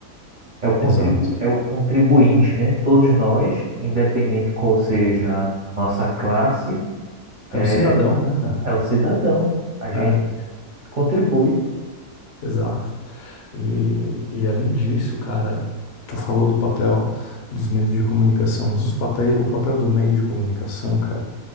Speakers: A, on the right; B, on the left.
A: é o contribu
B: exato.
A: é o contribuinte, né? Todos nós, independente qual seja nossa classe, é,
B: É o cidadão, né, cara?
A: é o cidadão. A gente
B: É,
A: contribui.
B: exato. E, e além disso, cara, tu falou do papel dos meios de comunicação, mas os papéis, o papel do meio de comunicação, cara,